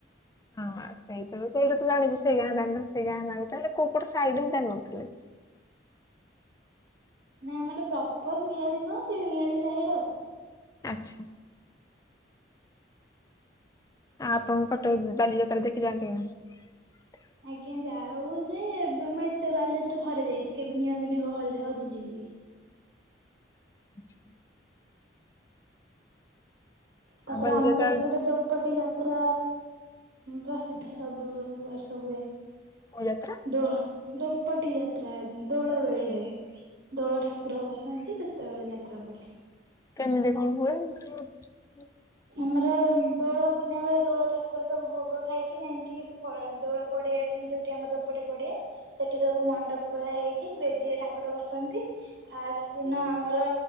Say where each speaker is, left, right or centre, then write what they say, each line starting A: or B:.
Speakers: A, on the left; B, on the right.
A: ହଁ। ସେଇ ତ ସେଇାଟା ତ ଜାଣିଚୁ ସେ ଗାଁ ନା ସେ ଗାଁ ନା ଗୋଟେ ହେଲେ କୋଉ ପଟ ସାଇଡ ମୁ ଜାଣିନଥିଲି। <inaudible>
B: ନାଇଁ ଆମର ପ୍ରପର ନିଆଳି ନୁହଁ ସେ ନିଆଳି ସାଇଡ ଆଉ।
A: ଆଚ୍ଛା। ଆ ଆପଣଙ୍କ କଟ ବାଲିଯାତ୍ରା ଦେଖି ଯାଆନ୍ତି ନା ନାଇ?
B: ଆଜ୍ଞା ଯାଉ ଯେ ଏବେ ମୁଁ ଏତେ ବାଲିଯାତ୍ରା ଥରେ ଯାଇଚି କେବେ ନିଅନ୍ତିନି ଗହଳିରେ ହଜି ଯିବି ବୋ ଲି।
A: ଆଚ୍ଛା।
B: ତାପରେ
A: ଆଉ ବାଲିଯାତ୍ରା
B: ଆମର ଏପଟେ ଦୋପଟି ଯାତ ପୁରା ପ୍ରସିଦ୍ଧ ସବୁ ବର୍ଷ ହୁଏ।
A: କୋଉ ଯାତ୍ରା
B: ଦଳ ଦୋପଟି ଯାତ୍ରା ଦୋଳ ବେଳେ ହୁଏ। ଦୋଳ ଠାକୁର ବସାନ୍ତି ସେତେବେଳେ ଯାତ୍ରା ପଡେ।
A: କେମିତି କଣ ହୁଏ ଏମିତି ଆଉ।
B: ଆମର ଦୋଳ ପୂର୍ଣ୍ଣିମା ବେଳେ ଦୋଳ ଠାକୁର ସବୁ ଭୋଗ ଖାଇକି ଯାଇକି ଫଳ ଦୋଳ ପଡିଆଠୀ ଯୋଉଠି ଆମ ଦୋପଡି ପଡିଆ ସେଠି ସବୁ ମଣ୍ଡପ ଭଳିଆ ହେଇଚି ବେଦୀରେ ଠାକୁର ବସନ୍ତି। ଫାଷ୍ଟ ଦିନ ଆମର